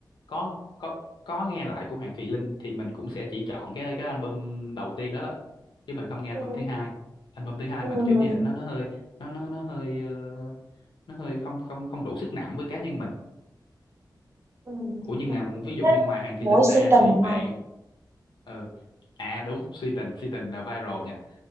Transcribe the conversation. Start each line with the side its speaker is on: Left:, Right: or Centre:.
Left: có có có nghe lại của Hoàng Thùy Linh thì mình cũng sẽ chỉ chọn cái cái album đầu tiên đó đó chứ mình không nghe album
Right: ừ.
Left: thứ hai album thứ hai
Right: Ừ.
Left: mình kiểu như là nó nó hơi nó nó nó hơi ờ, nó hơi không không không đủ sức nặng với cá nhân mình
Right: Ừ. Mình
Left: Ủa nhưng mà một ví dụ
Right: thích
Left: như ngoài Hoàng Thị
Right: mỗi
Left: Linh ra
Right: sự tình
Left: thì bạn
Right: hả
Left: ừ à đúng si tình si tình là viral nha